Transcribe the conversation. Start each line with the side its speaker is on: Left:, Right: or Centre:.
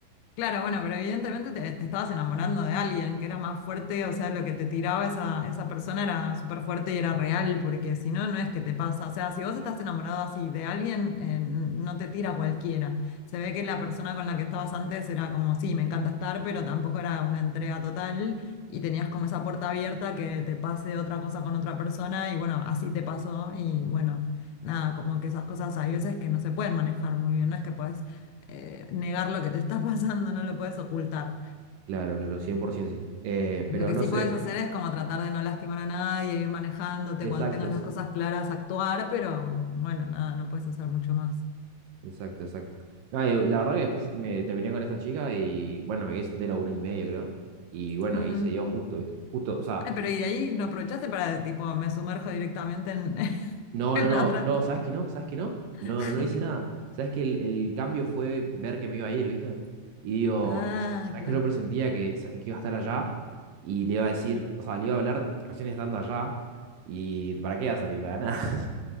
Left: Claro, bueno, pero evidentemente te, te estabas enamorando de alguien que era más fuerte, o sea, lo que te tiraba esa, esa persona era súper fuerte y era real, porque si no, no es que te pasa. O sea, si vos estás enamorado así de alguien, eh, no te tira cualquiera. Se ve que la persona con la que estabas antes era como, sí, me encanta estar, pero tampoco era una entrega total y tenías como esa puerta abierta que te pase otra cosa con otra persona y bueno, así te pasó y bueno, nada, como que esas cosas hay veces que no se pueden manejar muy bien, no es que puedes eh, negar lo que te está <laughs> pasando, no lo puedes ocultar.
Right: Claro, claro, 100% sí. Eh,
Left: Lo
Right: pero
Left: que
Right: no
Left: sí
Right: sé,
Left: puedes hacer es como tratar de no lastimar a nadie, ir manejándote,
Right: exacto,
Left: cuando tengas
Right: es-
Left: las cosas claras, actuar, pero mm, bueno, nada, no puedes hacer mucho más.
Right: exacto, exacto. No, eh, la verdad que después me terminé con esa chica y bueno, me quedé soltero un año y medio, creo. Y bueno,
Left: Mm.
Right: ahí se dio justo, ¿viste? Justo, o sea,
Left: Ay, pero y de ahí no aprovechaste para, tipo, me sumerjo directamente en, <laughs>
Right: No,
Left: en
Right: no, no,
Left: la otra.
Right: no, ¿sabes que no? ¿Sabes que no? No,
Left: <laughs>
Right: no hice nada. ¿Sabes que el, el cambio fue ver que me iba a ir, ¿viste? Y digo,
Left: Ah,
Right: ¿sabes
Left: claro.
Right: que yo presentía que, sa- que iba a estar allá? Y le iba a decir, o sea, le iba a hablar recién estando allá. ¿Y para qué iba a servir? Para nada.